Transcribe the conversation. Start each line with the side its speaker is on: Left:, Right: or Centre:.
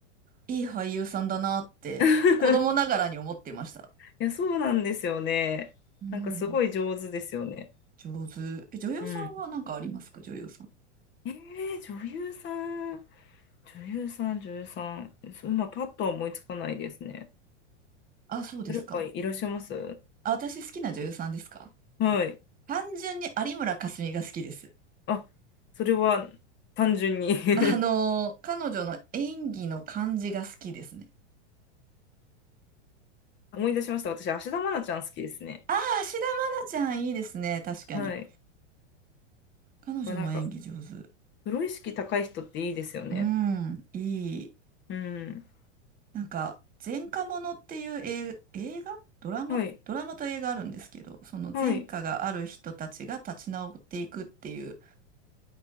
Right: いい俳優さんだなって子供ながらに思ってました。
Left: <laughs> いや、そうなんですよね。
Right: うん、
Left: なんかすごい上手ですよね。
Right: 上手。え、女優さんは何かありますか、
Left: うん。
Right: 女優さん。
Left: えー、女優さん、女優さん、女優さん、そう今パッとは思いつかないですね。
Right: あ、そうですか。
Left: 誰かいらっしゃいます
Right: あ、私好きな女優さんですか。
Left: はい。
Right: 単純に有村架純が好きです。
Left: あ、それは単純に
Right: あのー彼女の演技の感じが好きですね。
Left: <laughs> 思い出しました。私、芦田愛菜ちゃん好きですね。
Right: ああ、芦田愛菜ちゃんいいですね。確かに。
Left: はい。やっ
Right: 彼女も演技上手。
Left: ぱなんか、プロ意識高い人っていいですよね。
Right: うん、いい。
Left: うん。
Right: なんか、前科者っていう映、映画ドラマドラマと映画あるんですけど、
Left: はい。
Right: その前科がある人たちが立ち直っていくっていう
Left: はい。